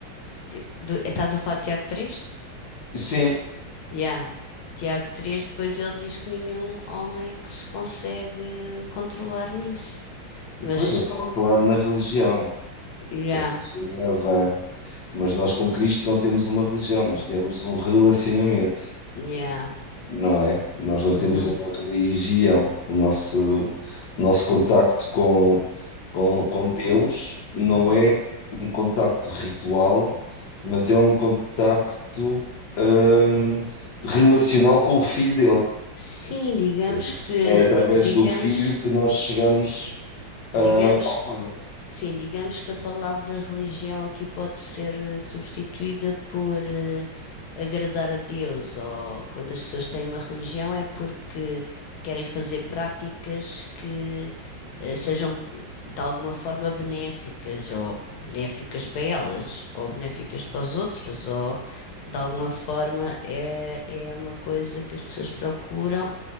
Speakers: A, on the left (about 80°); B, on the left (about 65°).
A: que- do- estás a falar de Tiago três
B: sim,
A: Já. Tiago 3 depois ele diz que nenhum homem que se consegue controlar nisso. Mas,
B: depois eu estava a falar na religião,
A: já,
B: a religião é vã, Mas nós com Cristo não temos uma religião, nós temos um relacionamento,
A: já.
B: não é? Nós não
A: Uhum.
B: temos uma religião. O nosso, o nosso contacto com, com, com Deus não
A: Uhum.
B: é um contacto ritual, mas é um contacto, hum, relacional com o filho dele. Ou
A: Sim, digamos
B: seja,
A: que,
B: É através
A: digamos,
B: do filho que nós chegamos,
A: digamos,
B: ah, ao Pai.
A: sim, digamos que a palavra religião aqui pode ser eh, substituída por eh, agradar a Deus, ou quando as pessoas têm uma religião é porque querem fazer práticas que eh, sejam de alguma forma benéficas, ou benéficas para elas, ou benéficas para os outros, ou de alguma forma é, é uma coisa que as pessoas procuram